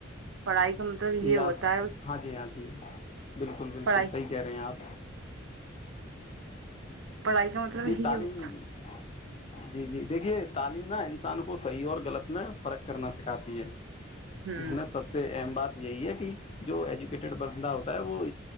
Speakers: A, on the right; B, on the left.
A: پڑھائی کا مطلب یہ
B: جی
A: ہوتا
B: آپ
A: ہے اس
B: ہاں جی ہاں جی بالکل بالکل
A: پڑھائی
B: صحیح کہہ رہے ہیں آپ
A: پڑھائی کا مطلب
B: جی
A: یہ
B: تعلیم
A: ہوتا
B: جی جی دیکھیے تعلیم نا انسان کو صحیح اور غلط میں فرق کرنا سکھاتی ہے اس
A: ہوں
B: میں سب سے اہم بات یہی ہے کہ جو ایجوکیٹڈ بندہ ہوتا ہے وہ